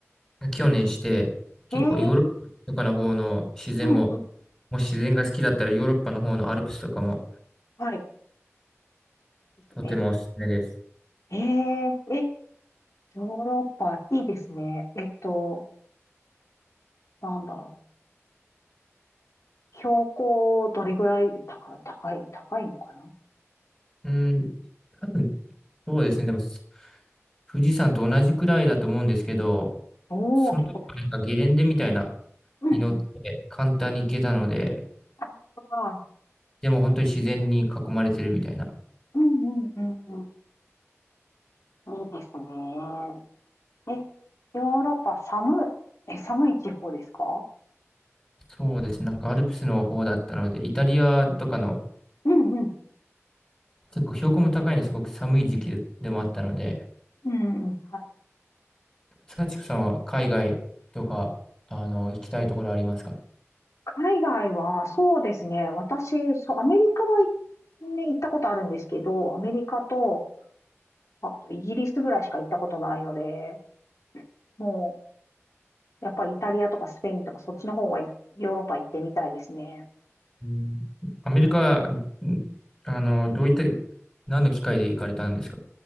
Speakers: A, on the left; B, on the left.
A: 去年して、
B: え
A: 結構ヨーロッパとかの方の自然も、
B: へえ。うんうん。
A: もし自然が好きだったらヨーロッパの方のアルプスとかも
B: はい。おすすめ。
A: とてもおすすめです。
B: ええ、え、ヨーロッパ、いいですね。えっと、なんだろう。標高、どれぐらい高い、高い、高いのかな
A: うん、多分そうですね。でも富士山と同じくらいだと思うんですけど、
B: おおー、
A: その時はなんかゲレンデみたいな
B: 結構高い。うんうん。
A: に乗って簡単に行けたので、
B: ああ、
A: でも本当に自然に囲まれてるみたいな。
B: うんうんうんうん。いいですね。え、ヨーロッパ、寒い、え、寒い地方ですか
A: そうですね。なんかアルプスの方だったので、イタリアとかの
B: うんうん。
A: 結構標高も高いのですごく寒い時期でもあったので、
B: うんうん。はい。
A: サチクさんは海外とか、あの、行きたいところありますか
B: 海外は、そうですね。私、そう、アメリカは、ね、行ったことあるんですけど、アメリカと、あとイギリスぐらいしか行ったことないので、もう、やっぱりイタリアとかスペインとかそっちの方はヨーロッパ行ってみたいですね。
A: うんアメリカ、んあの、どういった、何の機会で行かれたんですか